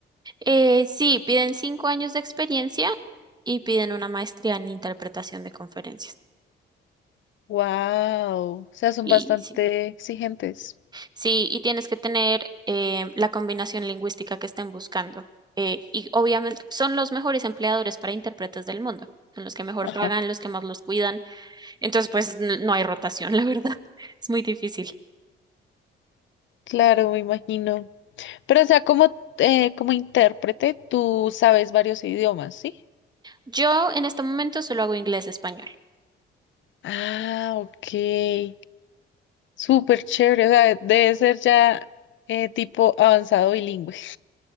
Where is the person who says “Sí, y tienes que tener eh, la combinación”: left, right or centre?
Right